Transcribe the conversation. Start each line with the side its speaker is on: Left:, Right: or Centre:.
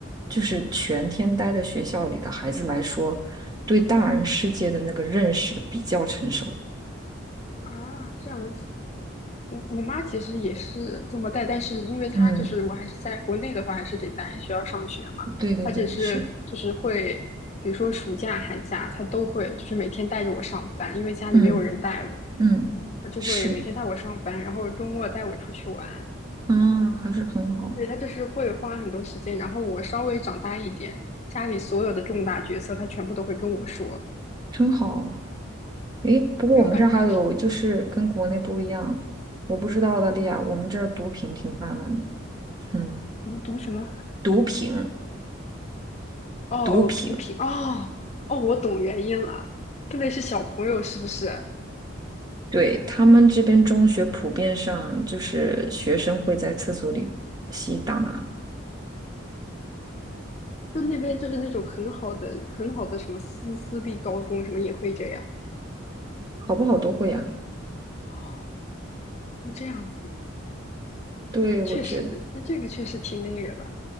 Right: 就是全天待在学校里的孩子来说，对大人世界的那个认识比较成熟。
Left: 啊，这样子。我我妈其实也是这么带，但是因为她就是我还是在国内的话，
Right: 嗯，
Left: 还是得在学校上学嘛。
Right: 对对对，
Left: 她只是就是会，
Right: 是，
Left: 比如说暑假、寒假，她都会就是每天带着我上班，因为家里没有人带我，
Right: 嗯嗯，
Left: 她就会每天带我上班，
Right: 是，
Left: 然后周末带我出去玩。
Right: 啊，还是很好，
Left: 对，他就是会花很多时间，然后我稍微长大一点，家里所有的重大决策，他全部都会跟我说。
Right: 真好。诶，不过我们这儿还有就是跟国内不一样，
Left: 对，我感觉就是
Right: 我不知道澳大利亚，我们这儿毒品挺泛滥的。嗯，
Left: 读读什么，
Right: 毒品。
Left: 哦哦，
Right: 毒品，
Left: 毒品，哦哦，我懂原因了。特别是小朋友，是不是？
Right: 对，他们这边中学普遍上就是学生会在厕所里吸大麻，
Left: 就那边就是那种很好的、很好的什么私私立高中，什么也会这样。
Right: 好不好都会呀？
Left: 哦，哦这样子，
Right: 对，
Left: 哦，
Right: 我觉得
Left: 确实，那这个确实挺那个的。